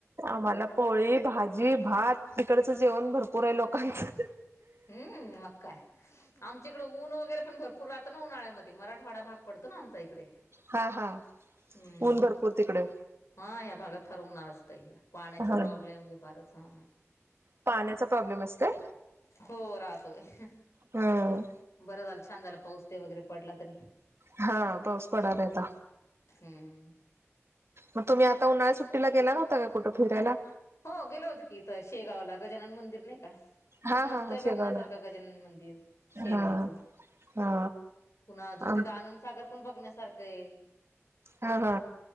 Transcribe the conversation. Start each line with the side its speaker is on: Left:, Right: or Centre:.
Right: आम्हाला पोळी भाजी भात तिकडचं जेवण भरपूर आहे लोकांचं
Left: हम्म मग काय आमच्या इकडे ऊन वगैरे पण भरपूर राह ना उन्हाळ्यामध्ये मराठवाडा भाग पडतो ना आमचा इकडे
Right: हा हा
Left: हम्म
Right: ऊन भरपूर तिकडे
Left: हा ह्या भागात फारच उन्हाळा असते पाण्याची
Right: हा.
Left: प्रॉब्लेम हे फारच हा
Right: पाण्याचा प्रॉब्लेम असते
Left: हो राहतोय
Right: हम्म.
Left: बरं झालं छान झालं पाऊस ते वगैरे पडला तरी
Right: हा पाऊस पडालाहता
Left: हम्म
Right: मग तुम्ही आता उन्हाळ्या सुट्टीला गेला नव्हता का कुठं फिरायला
Left: हो गेल होतं की इथ शेगावला गजानन मंदिर नाही का
Right: हा
Left: खूप
Right: हा
Left: मस्त
Right: हा
Left: आहे
Right: शेगावला
Left: बघण्यासारखं गजानन मंदिर शेगावचं
Right: हा हा
Left: पुन्हा अजून
Right: आम
Left: तिथं आनंदसागर पण बघण्यासारखं आहे
Right: हा हा